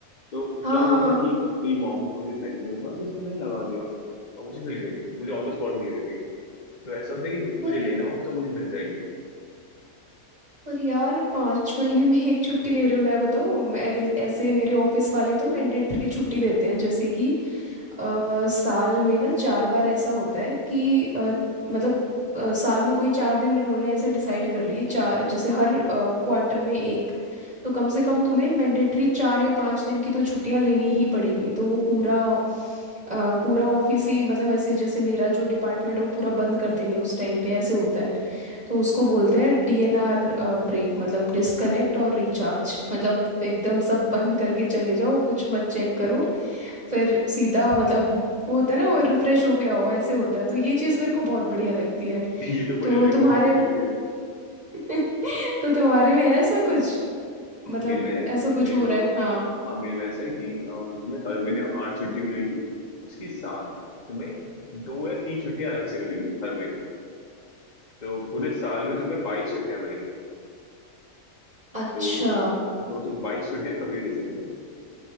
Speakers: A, on the left; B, on the right.
A: तो
B: हाँ
A: क्या
B: हाँ
A: हुआ
B: हाँ
A: था कि मेरी मॉम को कुछ मेडिकल था तो इससे मैंने लगा दिया और मुझे मिल गई थी मुझे ऑन द स्पॉट मिल गई थी तो ऐसा होता है कि मुझे
B: पर
A: लेना हो तो मुझे मिल जाएगी
B: पर यार पांच महीने में एक छुट्टी ले रहे हो मैं बताऊँ मैं ऐसे मेरे ऑफिस वाले तो मैंडेटरी छुट्टी देते हैं जैसे कि अ, साल में ना चार बार ऐसा होता है कि अ, मतलब अ, साल में कोई चार दिन उन्होंने ऐसे डिसाइड कर लिए चार जैसे हर क्वार्टर में एक तो कम से कम तुम्हें मैंडेटरी चार या पाँच दिन की तो छुट्टियां लेनी ही पड़ेंगी तो वो पूरा अ, पूरा ऑफिस ही मतलब ऐसे जैसे मेरा जो डिपार्टमेंट है वो पूरा बंद कर देंगे उस टाइम पे ऐसे होता है तो उसको बोलते हैं डीएनआर ब्रेक मतलब डिस्कनेक्ट और रिचार्ज मतलब एकदम सब बंद करके चले जाओ कुछ मत चेक करो फिर सीधा मतलब वो होता है ना वो रिफ्रेश होके आओ ऐसे होता है तो ये चीज़ मेरे को बहुत बढ़िया लगती है
A: <laughs> ये तो
B: तो
A: बड़े लगे
B: तुम्हारे
A: की
B: में
A: छुट्टी है
B: <laughs> तो तुम्हारे में है ऐसा कुछ मतलब
A: मेरे में
B: ऐसा कुछ
A: मेरे
B: हो रहा है हाँ
A: हाँ मेरे में ऐसा है कि अ, तुम्हें हर महीने आठ छुट्टी मिलेगी उसके साथ तुम्हें दो या तीन छुट्टियां अलग से मिलेंगी हर महीने तो पूरे साल में तुम्हें बाईस छुट्टियां मिलेंगी
B: अच्छा
A: तो तो तुम बाईस छुट्टियां कभी भी ले सकते हो